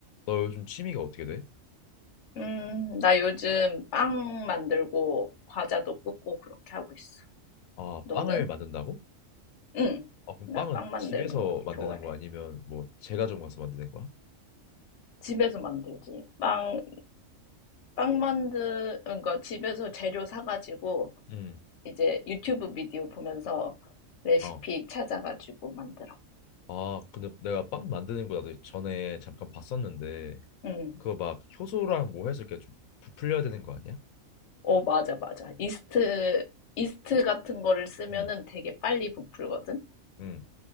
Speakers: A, on the left (about 85°); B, on the left (about 65°).
A: 너 요즘 취미가 어떻게 돼?
B: 음, 나 요즘 빵 만들고 과자도 굽고 그렇게 하고 있어.
A: 아,
B: 너는?
A: 빵을 만든다고?
B: 응.
A: 아, 그럼
B: 나
A: 빵은
B: 빵 만드는
A: 집에서
B: 거
A: 만드는
B: 좋아해.
A: 거 아니면 뭐 제과점 가서 만드는 거야?
B: 집에서 만들지. 빵, 빵 만드, 그러니까 집에서 재료 사가지고
A: 응.
B: 이제 유튜브 비디오 보면서 레시피
A: 어.
B: 찾아가지고 만들어.
A: 아, 근데 내가 빵 만드는 거 나도 전에 잠깐 봤었는데
B: 응.
A: 그거 막 효소랑 뭐 해서 이렇게 좀 부풀려야 되는 거 아니야?
B: 어, 맞아, 맞아. 이스트, 이스트 같은 거를 쓰면은
A: 응.
B: 되게 빨리 부풀거든?
A: 응.